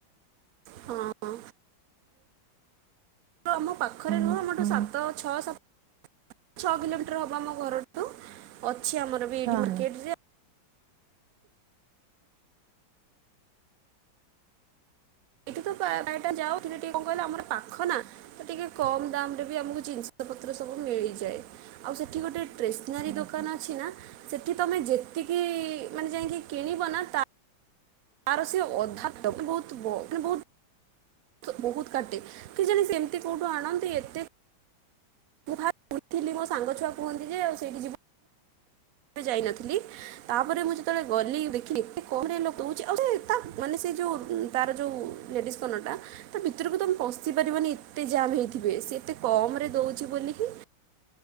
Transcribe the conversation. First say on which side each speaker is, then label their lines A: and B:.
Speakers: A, on the right (about 55°); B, on the right (about 70°).
A: ହଁ ଆମ ପାଖରେ ନୁହଁ ଆମଠୁ ସାତ ଛଅ ସାତ ଛଅ କିଲୋମିଟର ହବ ଆମ ଘରଠୁ ଅଛି ଆମର ବି ଏଇଠି
B: ହଁ
A: ମାର୍କେଟ
B: ହଁ।
A: ଯେ ଏଇଠି ତ ଏଟା ଯାଉ ଟିକେ କଣ କହିଲା ଆମର ପାଖ ନା ତ ଟିକେ କମ ଦାମ ରେ ବି ଆମକୁ ଜିନିଷ ପତ୍ର ସବୁ ମିଳିଯାଏ। ଆଉ ସେଠି ଗୋଟେ ଷ୍ଟେସନାରୀ
B: ଓହୋ।
A: ଦୋକାନ ଅଛି ନା ସେଠି ତମେ ଯେତିକି ମାନେ ଯାଇକି କିଣିବ ନା ତାର ସେ ଅଧାଟ ବହୁତ ମାନେ ବହୁତ ବହୁତ କାଟେ କେ ଜାଣି ସେ ଏମିତି କୋଉଠୁ ଆଣନ୍ତି ଏତେ ମୁଁ ଭାବୁଥିଲି ମୋ ସାଙ୍ଗ ଛୁଆ କୁହନ୍ତି ଯେ ଆଉ ସେଇଠି ଯ ବେ ଯାଇନଥିଲି ତାପରେ ମୁଁ ଯେତେବେଳେ ଗଲି ଦେଖିଲି ଏତେ କମ ଲୋକ ଦେଉଛି ଆଉ ସେ ତା ମାନେ ସେ ଯେଉଁ ତାର ଯଉ ଲେଡିଜ କନରଟାତା ଭିତରକୁ ତମେ ପଶିପାରିବନି ଏତେ ଜାମ୍ ହେଇଥିବେ ସେ ଏତେ କମ ରେ ଦଉଛି ବୋଲି ହିଁ